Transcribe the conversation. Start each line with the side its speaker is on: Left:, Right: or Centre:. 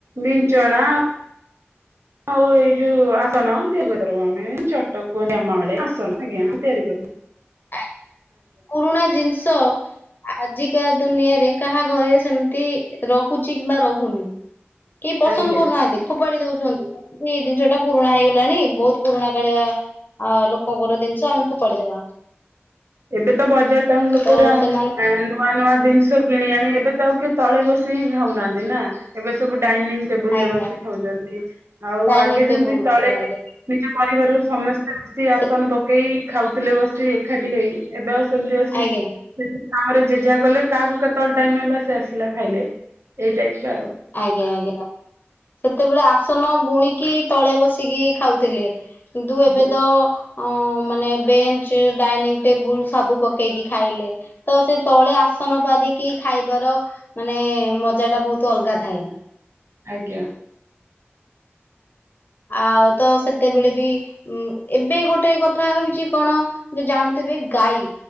Right: ବିଞ୍ଚଣା ଆଉ ଏଇ ଯୋଉ ଆସନ ତିଆରି କରିପାରିବୁ ଆମେ ଚଟ କୁହନ୍ତି ଆମ ଆଡେ ଆସନ ଆଜ୍ଞା ତିଆରି କରିବା
Left: ଆ -ପୁରୁଣା ଜିନିଷ ଆଜିକା ଦୁନିଆରେ କାହା ଘରେ ସେମିତି ରହୁଛି କିମ୍ବା ରହୁନି କେହି ପସନ୍ଦ
Right: ଆଜ୍ଞା।
Left: କରୁନାହାନ୍ତି ଫୋପାଡି ଦଉଛନ୍ତି ଏଇ ଜିନିଷଟା ପୁରୁଣା ହେଇଗଲାଣି ବହୁତ ଘାକାଳିଆ ଲୋକଙ୍କର ଜିନିଷ ଆମେ ଫୋପାଡ଼ିଦବା
Right: ଏବେତ ବଜାର ଟାଉନ୍ ଲୋକ
Left: ତ
Right: ଗୁଡ଼ା
Left: ସେମାନେ
Right: ଆ ନୂଆ ନୂଆ ଜିନିଷ କିଣି ଆଣି ଏବେତ ଆଉ କିଏ ତଳେ ବସିହିଁ ଖାଉନାହାନ୍ତି ନା ଏବେ ସବୁ ଡାଇନିଂ ଟେବୁଲରେ
Left: ଆଜ୍ଞା
Right: ବସି ଖାଉଛନ୍ତି ଆଉ
Left: ଡାଇନିଂ
Right: ଆଗେ
Left: ଟେବୁଲ
Right: ଯେମିତି ତଳେ
Left: ଆଜ୍ଞା ଆଜ୍ଞା
Right: ନିଜ ପରିବାରର ସମସ୍ତେ ବସି
Left: ସେ
Right: ଆସନ ପକେଇ ଖାଉଥିଲେ ବସି ଏକାଠି ହେଇ ଏବେ ଆଉ ସେମିତି ଅଛିକି
Left: ଆଜ୍ଞା
Right: କାମରେ ଜେ ଯାହା କଲେ କାହାକୁ କେତେବେଳେ ଟାଇମ ମିଳିଲା ସେ ଆସିଲା ଖାଇଲେ ଏଇ ଟାଇପ ର ଆଉ
Left: ଆଜ୍ଞା ଆଜ୍ଞା ସେତେବେଳେ ଆସନ ବୁଣିକି ତଳେ ବସିକି ଖାଉଥିଲେ କିନ୍ତୁ
Right: ଆଉ
Left: ଏବେତ ଅ -ମାନେ ବେଞ୍ଚ ଡାଇନିଂ ଟେବୁଲ ସବୁ ପକେଇକି ଖାଇଲେ ତ ସେ ତଳେ ଆସନ ପାରିକି ଖାଇବାର ମାନେ ମଜାଟା ବହୁତ ଅଲଗା ଥାଏ
Right: ଆଜ୍ଞା
Left: ଆଉତ ସେତେବେଳେ ବି ଉ ଏବେ ଗୋଟେ କଥା ହେଉଛି କଣ ଯେ ଜାଣୁଥିବେ ଗାଈ